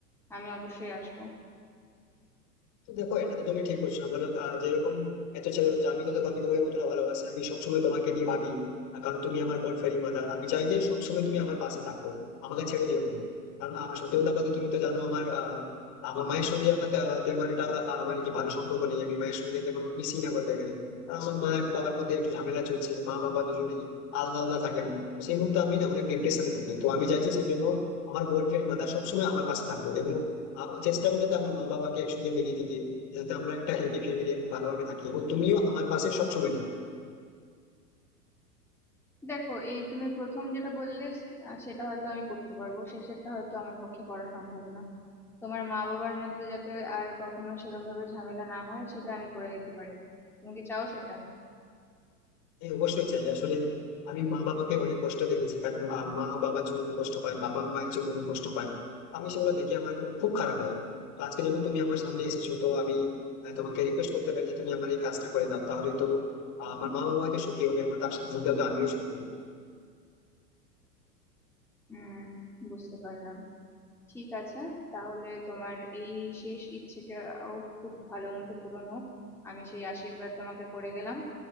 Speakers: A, in the centre; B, on the left.
A: আমি অবশ্যই আসবো
B: তো দেখো এটা তো তুমি ঠিক করছো না বলো আহ, যেরকম এত ছেলে রয়েছে আমি তো দেখো আমি তোমাকে কতটা ভালোবাসি আমি সবসময় তোমাকে নিয়ে ভাবি আর কারণ তুমি আমার গড ফেরি মাদার আমি চাই যে সবসময় তুমি আমার পাশে থাকো আমাকে ছেড়ে যেও না কারণ আহ, সত্যি কথা বলতে তুমি তো জানো আমার আহ, আমার মায়ের সঙ্গে আমার তে- তেমন একটা আহ, মানে কি ভালো সম্পর্ক নেই আমি মায়ের সঙ্গে তেমন মিশি না বলতে গেলে কারণ আমার মা এবং বাবার মধ্যে একটু ঝামেলা চলছে মা বাবা দুজনেই আলাদা আলাদা থাকেন তো সেই মুহূর্তে আমি না অনেক ডিপ্রেশনে থাকি তো আমি চাইছি সেই জন্য আমার গড ফেরি মাদার সবসময় আমার পাশে থাকো এবং আহ, ও চেষ্টা করবে তো আমার মা বাবাকে একসঙ্গে মিলিয়ে দিতে যাতে আমরা একটা হ্যাপি ফ্যামিলি এবং ভালোভাবে থাকি এবং তুমিও আমার পাশে সবসময় থাকো
A: দেখো এই তুমি প্রথম যেটা বললে আহ, সেটা হয়তো আমি করতে পারবো শেষেরটা হয়তো আমার পক্ষে করা সম্ভব না তোমার মা বাবার মধ্যে যাতে আর কখনো সেরকম ভাবে ঝামেলা না হয় সেটা আমি করে দিতে পারি তুমি কি চাও সেটা
B: হ্যাঁ অবশ্যই চাই আসলে আমি মা বাবাকে অনেক কষ্ট দেখেছি কারণ আহ, মা বাবার জন্য অনেক কষ্ট পায় বাবা মায়ের জন্য অনেক কষ্ট পায় আমি সেগুলো দেখে আমার খুব খুব খারাপ লাগে তো আজকে যখন তুমি আমার সামনে এসেছো তো আমি আহ, তোমাকে রিকোয়েস্ট করতে পারি যে তুমি আমার এই কাজটা করে দাও তাহলে তো আহ, আমার মা বাবা হয়তো সুখী হবে এবং তার সাথে সাথে হয়তো আমিও সুখী হবো
A: হুম বুঝতে পারলাম ঠিক আছে তাহলে তোমার এই শেষ ইচ্ছেটাও খুব ভালো মতো পূরণ হোক আমি সেই আশীর্বাদ তোমাকে করে গেলাম